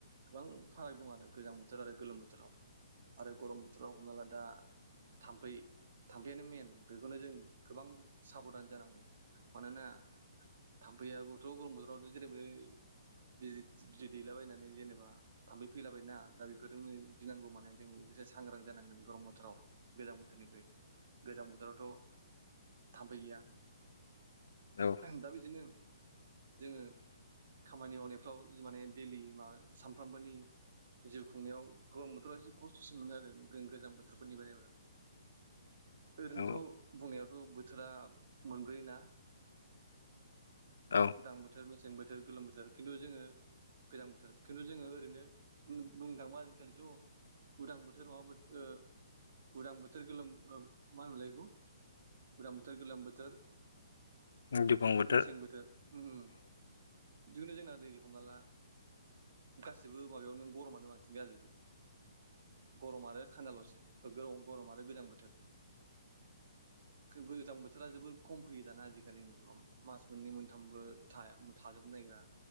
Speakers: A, on the right; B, on the left.
A: गोबां फाराग दं आरो गोजां बोथोर आरो गोलोम बोथोराव आरो गरम बोथोराव हमना ला दा थाम्फै थाम्फैआानो मेन बेखौनो जों गोबां साबधान जानांगौ। मानोना थाम्फैआोथ' गरम बोथोरावथ जेरैबाय बिज बिजि दैलाबायनानै जेनेबा थाम्फै फैलाबायना दा बेफोरनो गिनांगौ माने जों बेखौसो सांग्रां जानांगोन गरम बोथोराव गोजां बोथोरनिखु गोजां बोथोरावथ' थाम्फै गैया
B: औ
A: दा बिदिनो जोङो खामानि मावनायफ्राव माने दैडेलि मा सानफ्रामबोनि जिउ खुंनायाव गोबां बोथोराव एसे खस्थ'सिन मोनो आरो गोजां बोथोरफोरनि बानायबा ओरैनोथ'
B: औ
A: बुंनायावथ' बोथोरा मोनब्रोयोना
B: औ
A: उदां बोथोरेसें बोथोर गोलोम बोथोर बो खिन्थु जोङो गोजां बोथोर खिन्थु जोङो ओरैनो बुंनो थांोबा आजिखालिथ' उदां बोथोर नङाबो ओ- उदां बोथोर गोलोम मा होनलायगौ गोजां बोथोर गोलोम बोथोर
B: दिफगट
A: मेसें बोथोर उम बिदिखनो जोंना दै हम ाबाला गासिबो माबायावनो गरमानो बांसिन जाजोबो गरम आरो थान्दाल'सो ग गरम आरो गोजां बोथोर गोजां बोथोरा जोबोर खम फैयो दाना आजिखालिनि जाव मास मोननै मोन सथामबो थाजोबनो नागिरा